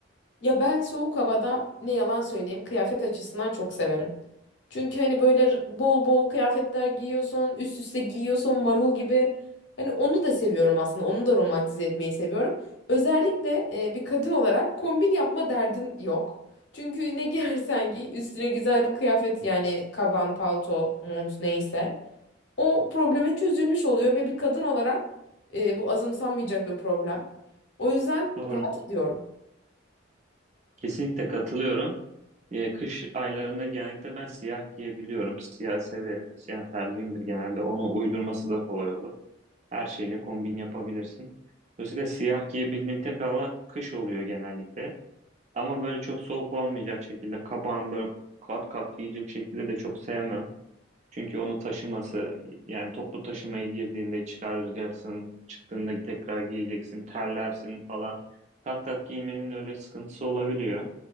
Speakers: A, on the left (about 65°); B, on the right (about 35°).
A: Ya ben soğuk havada ne yalan söyleyeyim kıyafet açısından çok severim. Çünkü hani böyle r- bol bol kıyafetler giyiyorsun, üst üste giyiyorsun marul gibi. Hani onu da seviyorum aslında. Onu da romantize etmeyi seviyorum. Özellikle e, bir kadın olarak kombin yapma derdin yok. Çünkü ne <laughs> giyersen giy üstüne güzel bir kıyafet yani kaban, palto, mont neyse. O problemin çözülmüş oluyor ve bir kadın olarak e, bu azımsanmayacak bir problem. O yüzden
B: Doğru.
A: rahat ediyorum.
B: Kesinlikle katılıyorum. Ya, kış aylarında genellikle ben siyah giyebiliyorum. Siyah severim. Siyah tercihimdir genelde. Onu uydurması da kolay olur. Her şeyle kombin yapabilirsin. Dolayısıyla siyah giyebildiğim tek hava kış oluyor genellikle. Ama böyle çok soğuk olmayacak şekilde kabağını böyle kat kat giyecek şekilde de çok sevmem. Çünkü onu taşıması yani toplu taşımaya girdiğinde çıkaracaksın, çıktığında tekrar giyeceksin, terlersin falan. Kat kat giymenin öyle sıkıntısı olabiliyor.